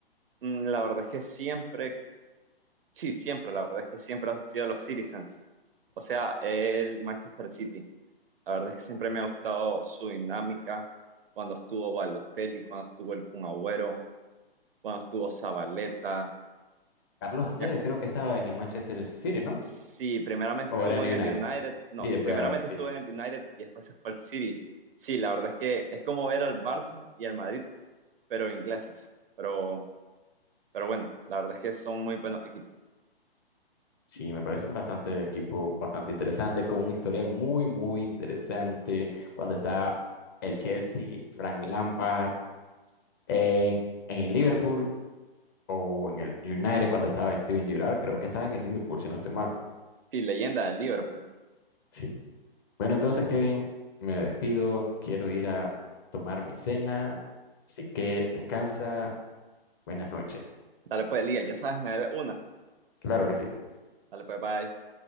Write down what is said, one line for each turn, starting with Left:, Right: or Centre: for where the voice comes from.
Right: Mm, La verdad es que siempre, sí, siempre, la verdad es que siempre han sido los Citizens. O sea, el Manchester City. La verdad es que siempre me ha gustado su dinámica cuando estuvo Balotelli, cuando estuvo el Kun Agüero, cuando estuvo Zabaleta.
Left: Carlos, ustedes
Right: Me ac-
Left: creo que estaba en el Manchester City, ¿no?
Right: Sí, primeramente
Left: O
Right: estuvo
Left: era en
Right: en
Left: el
Right: el
Left: United
Right: United, no,
Left: y después
Right: primeramente
Left: al City.
Right: estuvo en el United y después se fue al City. Sí, la verdad es que es como ver al Barça y al Madrid, pero ingleses. Pero, pero bueno, la verdad es que son muy buenos equipos.
Left: Sí, me parece un bastante equipo bastante interesante, con un historial muy, muy interesante. Cuando está el Chelsea, Frank Lampard. en, en el Liverpool o en el United cuando estaba Steven Gerrard. Creo que estaba en el Liverpool, si no estoy mal.
Right: Sí, leyenda del Liverpool.
Left: Sí. Bueno, entonces, Kevin, me despido. Quiero ir a tomar mi cena. Así que descansa. Buenas noches.
Right: Dale pues, Lía, ya sabes, me debe una.
Left: Claro que sí.
Right: Dale pues, bye.